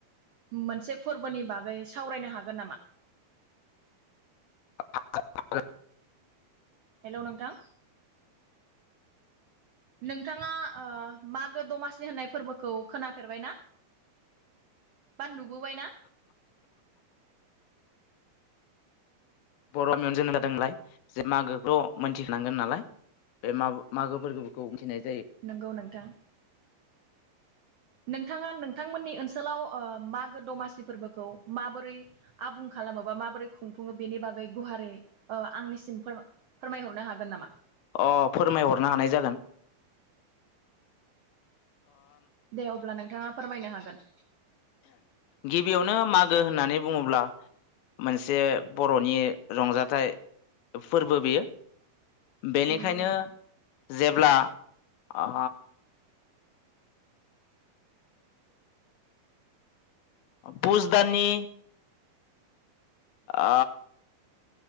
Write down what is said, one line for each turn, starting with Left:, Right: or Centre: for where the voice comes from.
Right: मोनसे फोरबोनि बागै सावरायनो हागोन नामा?
Left: <unintelligible>
Right: हेलौ नोंथां नोंथाङा ओ मागो दमासि होननाय फोरबोखौ खोनाफेरबायना? बा नुबोबाय ना?
Left: बर' गामियावनो जोनो जादों नालाय जे मागोखोथ' मोनथिखानांगोन नालाय बे माबो मागो फोरबोफोरखौ मिनथिनाय
Right: नोंगौ नोंथां नोंथाङा नोंथांमोननि ओनसोलाव ओ मागो दमासि फोरबोखौ माबोरै आबुं खालामो बा माबोरै खुंफुङो बेनि बागै गुहारै ओ आंनिसिम फोरम-फोरमायहरनो हागोन नामा?
Left: अ फोरमायहरनो हानाय जागोन <inaudible>
Right: दे अब्ला नोंथाङा फोरमायनो हागोन
Left: गिबियावनो मागो होननानै बुङोब्ला मोनसे बर'नि रंजाथाइ फोरबो बेयो बेनिखायनो
Right: नंगौ नोंथां
Left: जेब ब्ला आ पुस दाननि आ